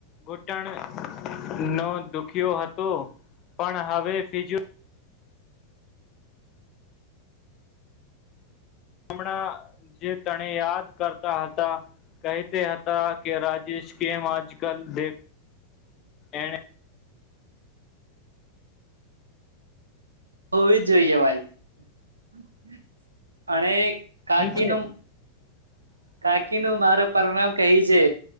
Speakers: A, on the left (about 35°); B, on the right (about 75°).
A: ટણ નો દુખ્યો હતો પણ હવે ફિજુ હમણાં જે તણે યાદ કરતા હતા કહેતા હતા કે રાજેશ કેમ આજકાલ દેખ એને
B: હોવી જ જોઈએ ભાઈ અને કાકી
A: નીચે
B: નું કાકી નું મારો પરિણામ કહી છે